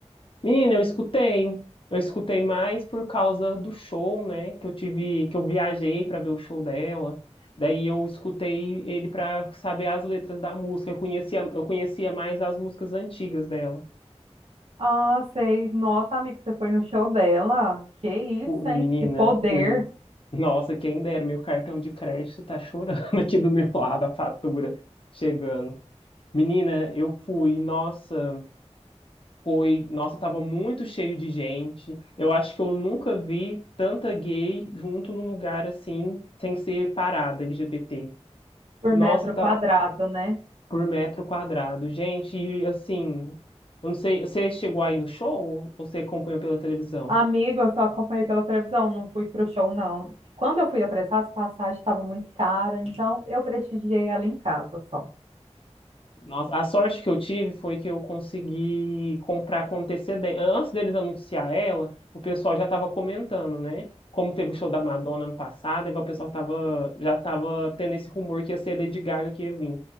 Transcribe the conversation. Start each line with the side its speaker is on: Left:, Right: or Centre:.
Left: Menina, eu escutei. Eu escutei mais por causa do show, né? Que eu tive, que eu viajei para ver o show dela. Daí eu escutei ele para saber as letras da música. Eu conhecia, eu conhecia mais as músicas antigas dela.
Right: Ah, sei. Nossa, amigo, você foi no show dela? Que isso,
Left: Fui,
Right: hein?
Left: menina,
Right: Que poder
Left: fui. Nossa, quem dera, meu cartão de crédito tá chorando <laughs> aqui do meu lado, a fatura chegando. Menina, eu fui, nossa. Foi, nossa, tava muito cheio de gente. Eu acho que eu nunca vi tanta gay junto num lugar assim, sem ser parada LGBT.
Right: por
Left: Nossa,
Right: metro
Left: tá
Right: quadrado, né?
Left: por metro quadrado. Gente, e, assim, eu não sei, você chegou aí no show ou você acompanhou pela televisão?
Right: Amigo, eu só acompanhei pela televisão, não fui pro show, não. Quando eu fui apressar, as passagens estavam muito caras, então eu prestigiei ela em casa só.
Left: Nossa, a sorte que eu tive foi que eu consegui comprar com antecedência. Antes deles anunciar ela, o pessoal já estava comentando, né? Como teve o show da Madonna ano passado, aí o pessoal tava, já estava tendo esse rumor que ia ser Lady Gaga que ia vir.